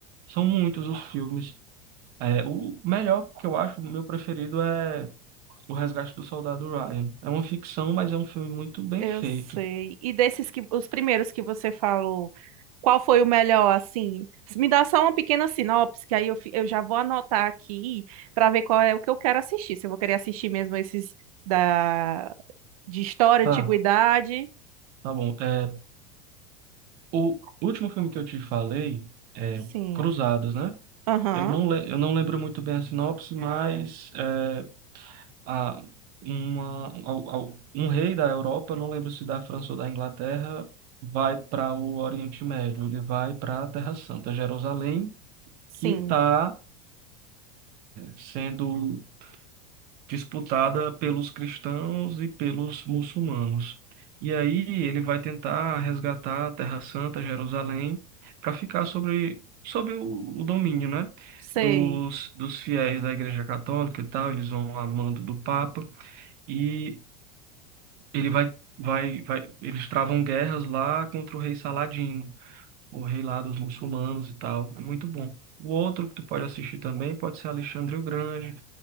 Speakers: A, on the right (about 55°); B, on the right (about 75°).
A: São muitos os filmes. É, o melhor que eu acho, o meu preferido é O Resgate do Soldado Ryan. É uma ficção, mas é um filme muito bem
B: eu
A: feito.
B: sei. E desses que os primeiros que você falou Qual foi o melhor, assim? Me dá só uma pequena sinopse, que aí eu, fi- eu já vou anotar aqui para ver qual é o que eu quero assistir. Se eu vou querer assistir mesmo esses da, de história,
A: Tá,
B: antiguidade.
A: tá bom. É, O último filme que eu te falei é
B: Sim.
A: Cruzados, né?
B: Aham.
A: Eu não, le- eu não lembro muito bem a sinopse, mas é, a, uma, al- al- um rei da Europa, eu não lembro se da França ou da Inglaterra, vai para o Oriente Médio, ele vai para a Terra Santa, Jerusalém,
B: Sim.
A: que está sendo disputada pelos cristãos e pelos muçulmanos. E aí ele vai tentar resgatar a Terra Santa, Jerusalém, para ficar sobre, sobre o, o domínio, né,
B: Sei.
A: dos, dos fiéis da Igreja Católica e tal. Eles vão a mando do Papa e ele vai, vai, vai, eles travam guerras lá contra o rei Saladino, o rei lá dos muçulmanos e tal. É muito bom. O outro que tu pode assistir também pode ser Alexandre o Grande,